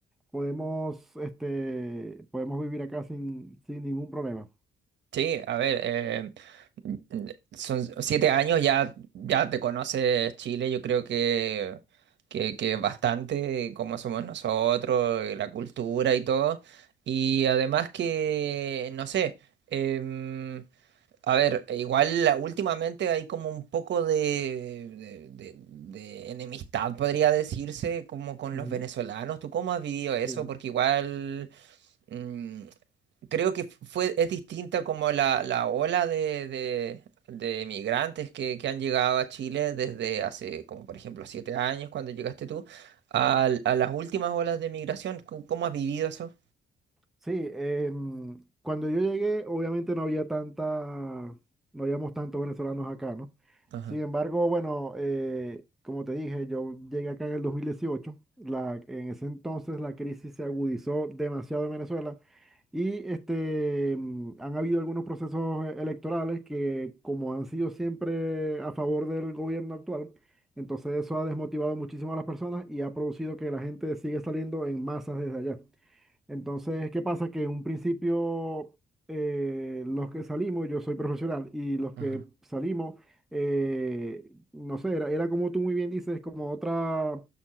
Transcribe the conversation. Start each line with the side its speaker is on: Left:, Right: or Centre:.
Centre: podemos, este, podemos vivir acá sin, sin ningún problema.
Right: Sí, a ver, eh, n- n- son siete años, ya, ya te conoces Chile, yo creo que, que, que bastante, como somos nosotros, y la cultura y todo. Y además que, no sé. em, A ver, e igual últimamente hay como un poco de, de- de- de enemistad, podría decirse, como con
Centre: Ujú.
Right: los venezolanos. ¿Tú cómo has vivido eso?
Centre: Sí.
Right: Porque igual mm, creo que fue, es distinta como la, la ola de, de- de migrantes que, que han llegado a Chile desde hace, como por ejemplo, siete años cuando llegaste tú, al- a, las últimas olas de migración. ¿Cómo cómo has vivido eso?
Centre: Sí, em, cuando yo llegué, obviamente no había tanta, no habíamos tantos venezolanos acá, ¿no?
Right: Ajá,
Centre: Sin embargo, bueno, eh, como te dije, yo llegué acá en el 2018. la, en ese entonces la crisis se agudizó demasiado en Venezuela y este, em, han habido algunos procesos eh, electorales que como han sido siempre a favor del gobierno actual, entonces eso ha desmotivado muchísimo a las personas y ha producido que la gente siga saliendo en masas desde allá. Entonces, ¿qué pasa? Que en un principio eh, los que salimos, yo soy profesional y los que
Right: ajá.
Centre: salimos, eh, no sé, era, era como tú muy bien dices, como otra,